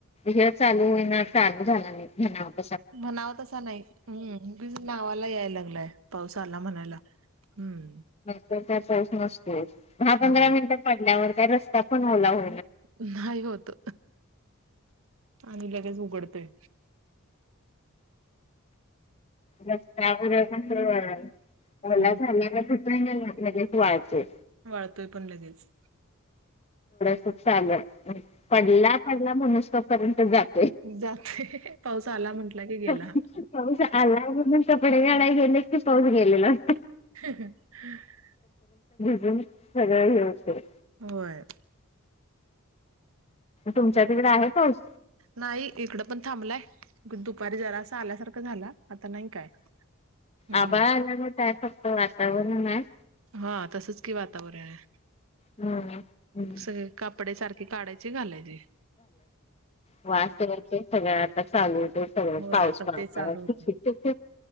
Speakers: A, on the left; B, on the right.
A: हे चालू आहे ना चालू झालं नाही हे
B: म्हणाव तसा नाही हम् नावाला याय लागलाय पावसाला म्हणायला हम्म,
A: स नसतो, दहा पंधरा
B: होय
A: मिनिटं पडल्यावर का रस्ता पण ओला हो
B: नाही होत आणि लगेच उघडतेय
A: रस्त्यावर <unintelligible> ओला
B: हम्म
A: झालेला लगेच वाळतय.
B: वाळतोय पण लगेच
A: प चालूय पडला पडला मणूसपर्यंत जातोय
B: जाते पाऊस आला म्हंटलं की गेला
A: पाऊस आलाय म्हणून कपडे काढायला गेले की पाऊस गेलेल असतोय
B: <inaudible>
A: सगळी हेते
B: होय <inaudible>
A: तुमच्या तिकडे आहे पाऊस
B: नाही इकडं पण थांबलाय दुपारी जरा असं आल्यासारखं झाला आता नाही काय, हम्म
A: आभळा आला ना त्या फक्त वातावरण आहे.
B: हा तसच कि वातावरण आहे.
A: हम्म. हम्म.
B: सगळे कपडे सारखे काढायची घालायचे.
A: वासचे सगळ आता चालू होते सगळ
B: होय
A: पाऊस
B: आता
A: पहतावर
B: ते चालू होते
A: खेच ते